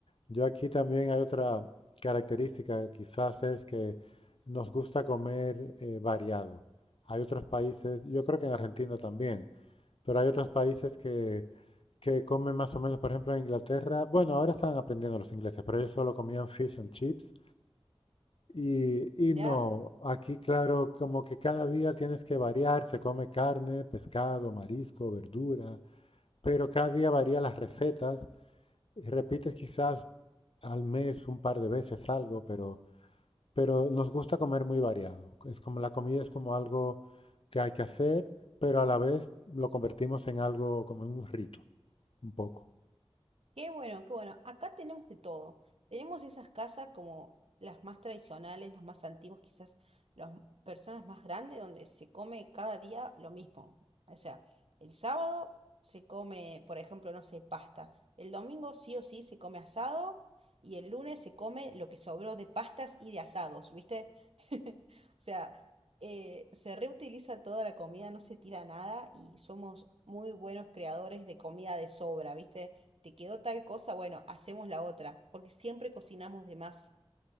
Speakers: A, on the left; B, on the right.
A: Yo aquí también hay otra característica, quizás es que nos gusta comer eh, variado. Hay otros países, yo creo que en Argentina también, pero hay otros países que, que comen más o menos, por ejemplo, en Inglaterra, bueno, ahora están aprendiendo los ingleses, pero ellos solo comían fish and chips Y,
B: Mirá,
A: y no, aquí claro, como que cada día tienes que variar, se come carne, pescado, marisco, verdura, pero cada día varía las recetas, y repites quizás al mes un par de veces algo, pero, pero nos gusta comer muy variado. Es como la comida es como algo que hay que hacer, pero a la vez lo convertimos en algo como en un rito, un poco.
B: Qué bueno, qué bueno. Acá tenemos de todo. Tenemos esas casas como las más tradicionales, las más antiguas, quizás las m- personas más grandes, donde se come cada día lo mismo. O sea, el sábado se come, por ejemplo, no sé, pasta. El domingo sí o sí se come asado y el lunes se come lo que sobró de pastas y de asados, ¿viste? <laughs> O sea, eh, se reutiliza toda la comida, no se tira nada y somos muy buenos creadores de comida de sobra, ¿viste? te quedó tal cosa, bueno, hacemos la otra, porque siempre cocinamos de más.